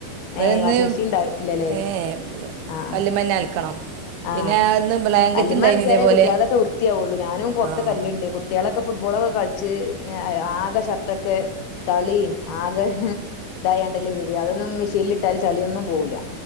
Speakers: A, on the right; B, on the left.
A: അപ്പോൾ
B: ഏ
A: ഇന്ന്
B: വാഷിമിഷീൻണ്ടല്ലല്ലേ
A: ഏഹ്
B: ആഹ
A: കല്ലുമ്മന്നെ അലക്കണം
B: ആഹ്
A: പിന്നെ ഇന്ന് ബ്ലാങ്കറ്റ്
B: കല്ല്മ്മ
A: ഉണ്ടായിന്
B: അൽക്കിയാലേ
A: ഇതേപോലെ
B: കുട്ട്യേതൊക്കെ വൃത്തിയാവുള്ളൂ ഞാനും പൊർത്ത്
A: ആഹ്
B: കല്ല്ണ്ട് കു കുട്ട്യേളക്കെ ഫുട്ബോളൊക്കെ കൾച്ച് ആക ഷർട്ടൊക്കെ ചളി ആകെ ഹ് ഇതായാണ്ടല്ലേ വെര അതൊന്നും മിഷീല്ട്ടാല് ചളിയൊന്നും പോവൂല്ല.